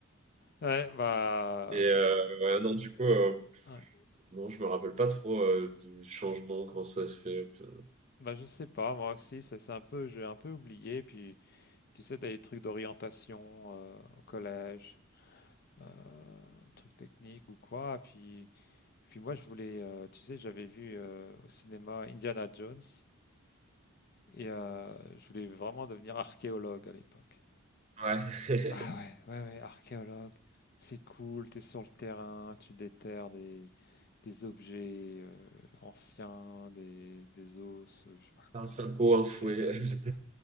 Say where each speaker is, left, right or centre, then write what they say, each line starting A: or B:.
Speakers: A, on the left; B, on the right.
A: Ouais, bah,
B: Et euh, ouais, non, du coup, euh,
A: ouais.
B: non, je me rappelle pas trop euh, du changement, comment ça se fait. putain.
A: Bah, je sais pas, moi aussi, ça, c'est un peu, j'ai un peu oublié. Puis, tu sais, t'as des trucs d'orientation euh, au collège, euh, truc technique ou quoi. Et puis, et puis moi, je voulais, euh, tu sais, j'avais vu euh, au cinéma Indiana Jones et euh, je voulais vraiment devenir archéologue à l'époque. <laughs>
B: Ouais,
A: Ah ouais, ouais, ouais, archéologue, c'est cool, t'es sur le terrain, tu déterres des, des objets euh, anciens, des, des os, euh, je sais pas
B: <laughs> un
A: quoi.
B: chapeau, un
A: C'est
B: fouet.
A: Génial,
B: <laughs>
A: quoi.